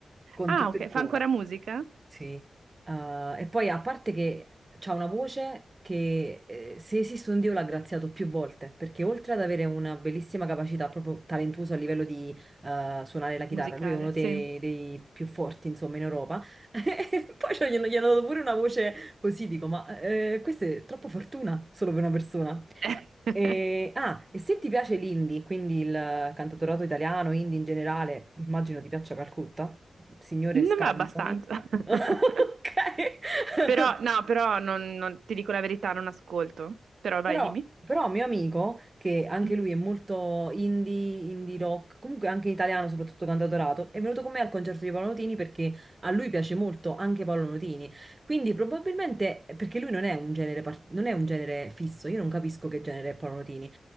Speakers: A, on the right (about 20°); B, on the right (about 85°).
A: Con
B: Ah,
A: tutto
B: ok,
A: il cuore.
B: fa ancora musica?
A: Sì, Eh, e poi a parte che c'ha una voce che eh, se esiste un Dio l'ha graziato più volte, perché oltre ad avere una bellissima capacità, proprio talentuoso a livello di eh, suonare la chitarra,
B: Musicale,
A: lui è uno dei,
B: sì.
A: dei più forti, insomma, in Europa. <laughs> E poi cioè, gli hanno gli hanno dato pure una voce così, dico, ma eh, questa è troppa fortuna solo per una persona.
B: <laughs>
A: E, ah, e se ti piace l'indie, quindi il cantautorato italiano, indie in generale, immagino ti piaccia Calcutta, signore
B: Non
A: scansami.
B: ma abbastanza. <laughs>
A: <laughs> Ok.
B: Però, no, però non, non- ti dico la verità, non ascolto. Però vai,
A: Però,
B: dimmi.
A: però mio amico, che anche
B: Mm.
A: lui è molto indie, indie rock, comunque anche italiano, soprattutto cantautorato, è venuto con me al concerto di Paolo Nutini perché a lui piace molto anche Paolo Nutini. Quindi probabilmente, perché lui non è un genere, par- non è un genere fisso, io non capisco che genere è Paolo Nutini.